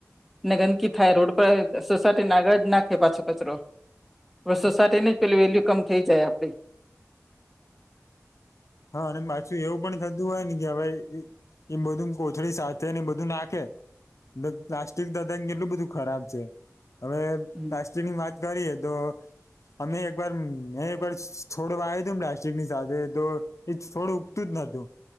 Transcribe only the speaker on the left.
હા, અને પાછું એવું પણ થતું હોય ને કે હવે. એમ બધું કોથળી સાથે નેએ બધું નાખે, એટલે પ્લાસ્ટિક દાદા ને કેટલું બધું ખરાબ છે, હવે
પ્લાસ્ટિક. ની વાત કરીએ તો, અમે એકવાર એકવાર છોડવાય તુંને પ્લાસ્ટિકની સાથે તો, એ થોડું ઉગતું જ નોતું